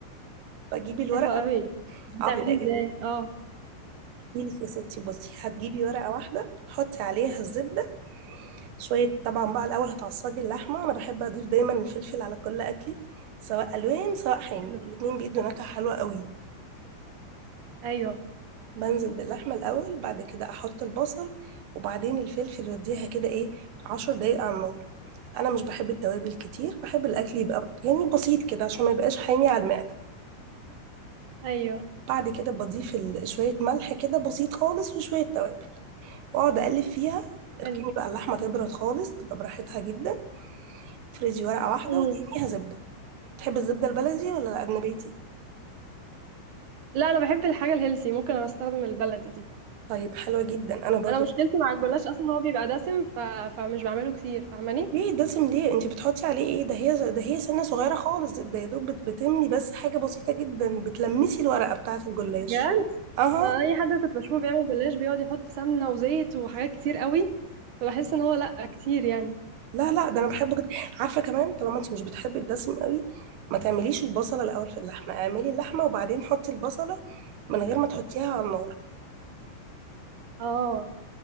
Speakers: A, on the right (about 90°); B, on the right (about 65°).
A: بجيب الورق
B: حلو قوي بتعمليه
A: اه بيبقى جميل
B: ازاي اه
A: احكي لك يا ستي بصي هتجيبي ورقه واحده تحطي عليها الزبده شويه طبعا بقى الاول هتعصجي اللحمه انا بحب اضيف دايما الفلفل على كل اكلي سواء الوان سواء حامي
B: حلو
A: الاتنين بيدوا نكهه حلوه قوي
B: ايوه
A: بنزل باللحمه الاول بعد كده احط البصل وبعدين الفلفل واديها كده ايه عشر دقايق على النار انا مش بحب التوابل كتير بحب الاكل يبقى يعني بسيط كده عشان ما يبقاش حامي على المعده
B: ايوه
A: بعد كده بضيف ال- شويه ملح كده بسيط خالص وشويه توابل واقعد اقلب فيها
B: حلو
A: اركني بقى اللحمه تبرد خالص تبقى براحتها جدا افرزي ورقه واحده
B: مم.
A: ودهنيها زبده تحب الزبده البلدي ولا النباتي
B: لا انا بحب الحاجه الهيلسي ممكن انا استخدم البلدي دي
A: طيب حلوه جدا انا برضو
B: انا مشكلتي مع الجلاش اصلا هو بيبقى دسم ف... فمش بعمله كتير فاهماني
A: ليه دسم ليه انت بتحطي عليه ايه ده هي ده هي سنه صغيره خالص زبده يا دوب بت- بتملي بس حاجه بسيطه جدا بتلمسي الورقه بتاعه الجلاش
B: بجد
A: اها
B: انا اي حد كنت بشوفه بيعمل جلاش بيقعد يحط سمنه وزيت وحاجات كتير قوي فبحس ان هو لا كتير يعني
A: لا لا ده انا بحبه جدا عارفه كمان طالما انت مش بتحبي الدسم قوي ما تعمليش البصله الاول في اللحمه اعملي اللحمه وبعدين حطي البصله من غير ما تحطيها على النار
B: اه